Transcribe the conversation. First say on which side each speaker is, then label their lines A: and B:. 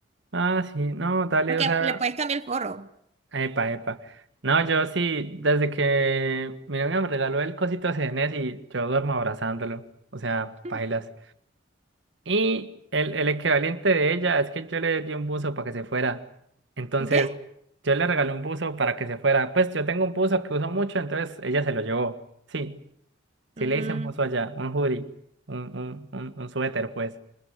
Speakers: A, on the right; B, on the right.
A: Ah, sí, no, dale,
B: porque
A: o sea.
B: le puedes cambiar el forro.
A: Epa, epa. No, yo sí, desde que mi novia me regaló el cosito CNS y yo duermo abrazándolo. O sea,
B: <laughs>
A: pailas. Y el, el equivalente de ella es que yo le di un buzo para que se fuera. Entonces,
B: ¿Qué?
A: yo le regalé un buzo para que se fuera. Pues yo tengo un buzo que uso mucho, entonces ella se lo llevó. Sí, sí
B: Mm.
A: le hice un buzo allá, un hoodie, un, un, un, un suéter, pues.